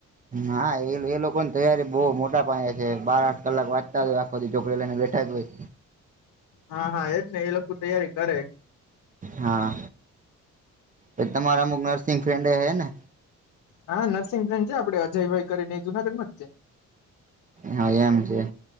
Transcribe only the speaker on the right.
હા એ એ લોકોની તૈયારી બહુ મોટા પાયા છે બાર આઠ કલાક વાંચતા જ કદી ચોકડે લઈને બેઠા જ હોય.
હા એ તમારા અમુક નરસિહ ફ્રેન્ડ એ હે ને
હા એમ છે